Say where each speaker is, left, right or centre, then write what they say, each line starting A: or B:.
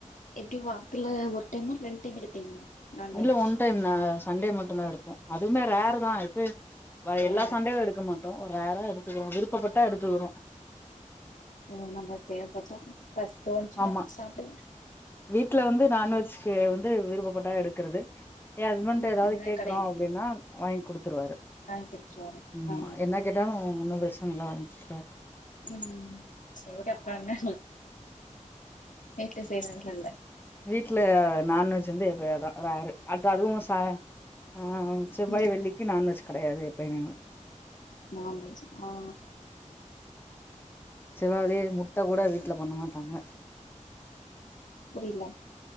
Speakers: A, on the left; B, on the left.
A: எப்படி வாரத்துல ஒரு டைம்மா ரெண் டைம் எடுப்பீங்களா நான்வெஜ்
B: இல்ல ஒன் டைம் நா சண்டே மட்டு தா எடுப்போ அதுவுமே ரேர் தா இப்ப வ எல்லா
A: ஏ
B: சண்டேயு எடுக்க மாட்டோ ஒரு ரேரா எடுத்துக்கிறோ விருப்பப்பட்டா எடுத்துக்குறோ
A: ம் நம்ம தேவபட்டா பிளஸ் தோணுச்சுனா
B: ஆமா
A: சாப்டு
B: வீட்ல வந்து நான் வெஜ்க்கு வந்து விருப்பபட்டா எடுக்குறது எ ஹஸ்பண்ட்த
A: ம்
B: ஏதாவது
A: இல்லன்னா
B: கேக்றோ
A: கடையில
B: அப்டினா வாங்கி குடுத்துருவாரு
A: வாங்கி குடிச்சிட்டு வரே
B: ம்
A: ஆமா
B: என்ன கேட்டாலு ஒன்னு பிரச்சன இல்ல வாங்கி குடுத்துருவாரு
A: ம் சேட்ட பண்ண வீட்ல செய்றது தெர்ல
B: வீட்டல நான்வெஜ்ஜு வந்து எப்பயாதா ரேரு அது அதுவு ச அ செவ்வாய்
A: ம்
B: வெள்ளிக்கு நான்வெஜ் கெடயாது எப்பயுமேவு
A: நான் வெஜ் ஆ
B: செவ்வா வெள்ளி முட்ட கூட வீட்ல பண்ண மாட்டாங்க
A: புரில